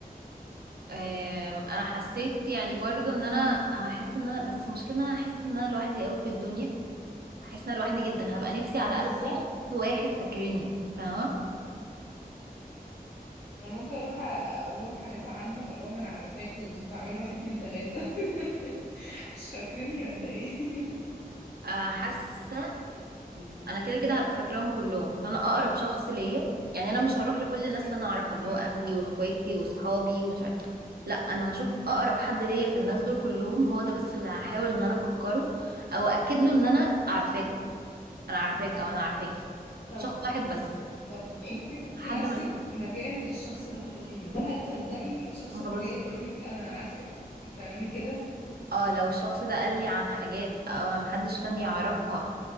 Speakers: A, on the right; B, on the left.
A: آم، انا حسيت يعني برضو ان انا هحس ان انا بس المشكلة ان انا هحس ان انا لوحدي قوي في الدنيا هحس ان انا لوحدي جدا هبقى نفسي على
B: <laughs> بالظبط
A: الاقل الاقي شخص واحد فاكرني فاهمة
B: انا ممكن اروح أ- اقول لهم حاجات عنهم اقول لهم انا عارفاكم انتوا بتعملوا واحد اتنين تلاتة <laughs> مش فاكريني ولا ايه <laughs>
A: آه، حاسة انا كده كده هبقى فاكراهم كلهم فانا اقرب شخص ليا يعني انا مش هروح لكل الناس اللي انا اعرفها اللي
B: مم.
A: هو اهلي واخواتي واصحابي ومش عارف لا انا هشوف اقرب حد ليا في الناس دول كلهم هو ده بس اللي هحاول ان انا افكره او اكد له ان انا عارفاكوا انا عارفاك او انا عارفاكي
B: طب
A: شخص واحد بس
B: طب انتي حطي
A: لحد
B: نفسك
A: ما يفيد.
B: مكان الشخص اللي هتروحي له هل هتصدقي الشخص
A: ما
B: اللي جاي
A: بص
B: يقول لك انا عارفك انتي بتعملي كده
A: اه لو الشخص ده قال لي عن حاجات آه محدش كان يعرفها